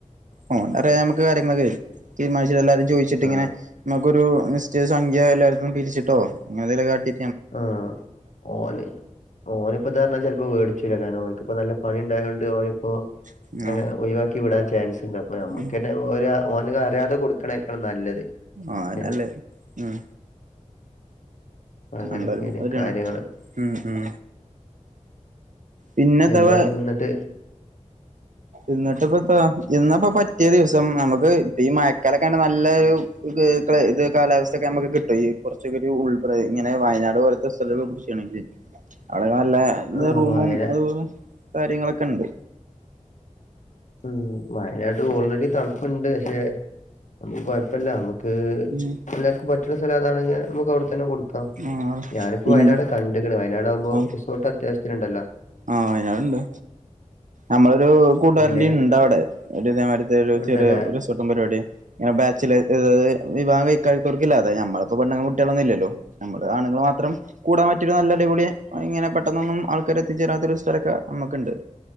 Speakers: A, on the right; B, on the left.
A: ഓ, <unintelligible> അമ്മക്ക് കാര്യങ്ങളൊക്കെയ് തീരുമാനിച്ച് എല്ലാരോടും ചോയിച്ചിട്ടിങ്ങനെ
B: ആ
A: മ്മക്കൊരു നിശ്ചയ സംഖ്യാ എല്ലാട്ത്തും പിരിച്ചിട്ടോ, അങ്ങനെന്തേലും കാട്ടി
B: ആഹ് ഓന്, ഓനിപ്പതർണാ ചെൽപ്പോ വേട്ച്ചൂലാ. കാര്ണം, ഓൻക് ഇപ്പ നല്ല പണി ണ്ടായോണ്ട് ഓനിപ്പോ
A: ഉം
B: ഏ
A: ആഹ്
B: ഒയിവാക്കി വിടാൻ ചാൻസ്ണ്ട്. അപ്പൊ ഞമ്മക്കെന്നെ
A: ഉം
B: ഓരെ ഓന് അറിയാണ്ടെ കൊട്ക്കണേക്കാളും നല്ലത്.
A: ആ ആന്നെല്ലെ,
B: ഏഹ്
A: ഉം
B: പ്പങ്ങനൊക്കെെനി
A: എന്തായാലും ശരിയാണ്
B: കാര്യങ്ങള്.
A: ഉം ഉം പിന്നെത്താ
B: എന്താണ് തിന്ന്ട്ട്
A: ഇന്നിട്ട്പ്പപ്പെളാ, ഇന്നപ്പോ പറ്റ്യ ദിവസം, അമ്മക്ക് ഈ മയക്കാലൊക്കാണ്ട് നല്ലൊരു ഇൻക് <unintelligible> <unintelligible> ഇദ് കാലാവസ്ഥൊക്കെ അമ്മക്ക് കിട്ടും. ഈ കൊർച്ചൊക്കൊര് ഉൾ പ്രദേ ഇങ്ങനെ വയനാട് പോലത്തെ സ്ഥലൊക്കെ പുട്ച്ചാണെങ്കി. ക അവടെക്കെ നല്ലെ
B: ആഹ്
A: റൂമും,
B: വയന
A: അതുപോലെ കാര്യങ്ങളൊക്കെണ്ട്.
B: ഉം, വയനാട്ട് ഓൾറെഡി തണ്പ്പ്ണ്ട്, പഷെ അമ്മക്ക് കൊയപ്പല്ല. അമ്മ അ്,
A: ഉം
B: എല്ലാര്ക്കും പറ്റ്ണ സ്ഥലതാണെങ്കെ അമ്മക്ക് അവ്ടെതന്നെ കൊട്ക്കാം.
A: ഉം ആഹ്
B: ഞാന്പ്പോ
A: ഇൻ
B: വയനാട് ക ക്ണ്. വയനാടാവുമ്പോ
A: ആഹ്
B: റിസോട്ടത്യാവശ്യത്തിന്ണ്ടല്ലാ.
A: ആഹ്, വയനാട്ണ്ട്. അമ്മളൊരു കൂട്ടുകാരൻ്റിംണ്ടവടെ,
B: പിന്നെ
A: ഒരു ഇതേമാരത്തൊരു
B: ഉണ്ടല്ലേ
A: ചെറിയൊ രു ത്തും പരുവാടി ഏ ബാച്ചില് <unintelligible> വിവാഹം കഴി കഴ്ത്തോട്ക്കില്ല. അതെ ഞമ്മളിപ്പൊ പെണ്ണുങ്ങളും കുട്ട്യളൊന്നും ഇല്ല്യല്ലോ, നമ്മള് ആണുങ്കൾ മാത്രം കൂടാൻ പറ്റിയഒരു നല്ല അടിപൊളി ക പ്പഇങ്ങനെ പെട്ടെന്നൊന്നും ആൾക്കാര് എത്തിച്ചേരാത്തൊരൊരു സ്ഥലൊക്കെ അമ്മക്ക്ണ്ട്.